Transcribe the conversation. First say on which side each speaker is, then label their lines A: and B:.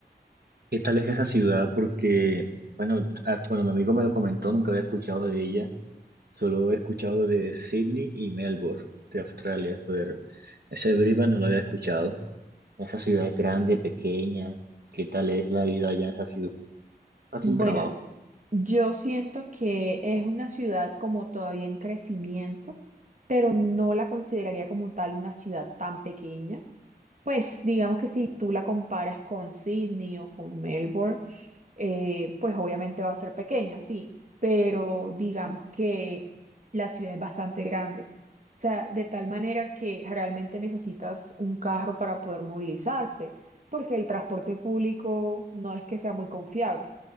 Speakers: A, on the right; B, on the right.
A: ¿qué tal es esa ciudad? Porque, bueno, ah, cuando mi amigo me lo comentó, nunca había escuchado de ella, solo he escuchado de Sydney y Melbourne, de Australia, pero ese Brisbane no lo había escuchado. Esa ciudad es grande, pequeña, ¿qué tal es la vida allá en esa ciudad? Fácil
B: Bueno,
A: trabajo.
B: Yo siento que es una ciudad como todavía en crecimiento, pero no la consideraría como tal una ciudad tan pequeña. Pues digamos que si tú la comparas con Sydney o con Melbourne, eh, pues obviamente va a ser pequeña, sí, pero digamos que la ciudad es bastante grande. O sea, de tal manera que realmente necesitas un carro para poder movilizarte, porque el transporte público no es que sea muy confiable.